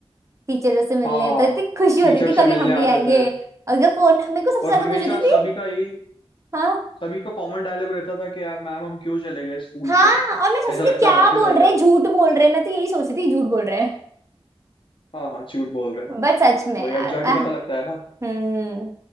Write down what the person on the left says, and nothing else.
हाँ हाँ
टीचर
से
मिलने
आते
थे
और
हमेशा
सभी का यही
सभी का कॉमन डायलॉग रहता था कि यार मैम हम क्यों चले गए स्कूल
से
ऐसा लगता
है वापस
आ
जाओ
हाँ हाँ झूठ बोल रहे हैं
वही
अब जाके
पता लगता है ना